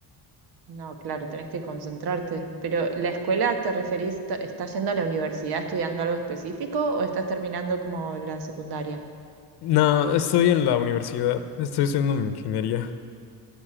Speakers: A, on the right (about 70°); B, on the left (about 75°).
A: No, claro, tenés que concentrarte. Pero ¿la escuela te referís, t- estás yendo a la universidad estudiando algo específico o estás terminando como la secundaria?
B: No, estoy en la universidad. Estoy haciendo mi ingeniería